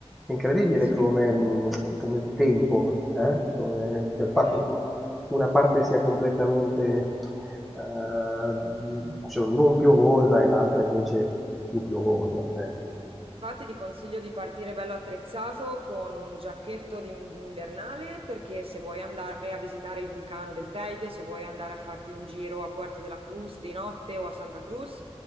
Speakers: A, in the centre; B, on the right.
A: è incredibile
B: Sì,
A: come, mh, come tempo, eh? Come, cioè il
B: è
A: fatto
B: veramente
A: che una parte sia completamente eh, cioè, non piovosa e l'altra invece più piovosa. eh.
B: Infatti ti consiglio di partire bello attrezzato con un giacchetto di- invernale perché se vuoi andare a visitare il vulcano del Teide, se vuoi andare a farti un giro a Puerto de la Cruz di notte o a Santa Cruz,